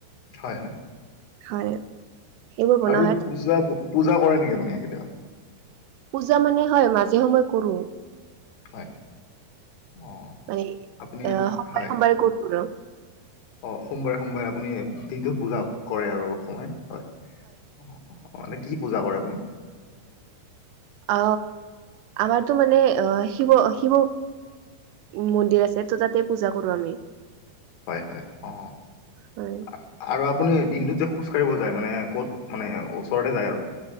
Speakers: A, on the left; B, on the right.
A: হয় হয়
B: হয় এইবোৰ বনাও
A: পূ পূজা পূজা কৰে নেকি আপুনি এইকেইটা
B: পূজা মানে হয় মাজে সময়ে কৰো
A: হয় অ
B: মানে
A: আপুনি
B: অহ সোমবাৰে
A: হয়
B: সোমবাৰে ঘত কৰো
A: অ সোমবাৰে সোমবাৰে আপুনি দিনটোত পূজাও কৰে আৰু অলপ সময় হয় অ অ অ এনে কি পূজা কৰে আপুনি?
B: অ আমাৰতো মানে অ শিৱ শিৱ মন্দিৰ আছে ত' তাতে পূজা কৰো আমি
A: হয় হয় অ
B: হয়
A: আ আৰু আপুনি দিনটোত যে খোজ কঢ়িব যায় মানে ক'ত মানে ওচৰতে যায় আৰু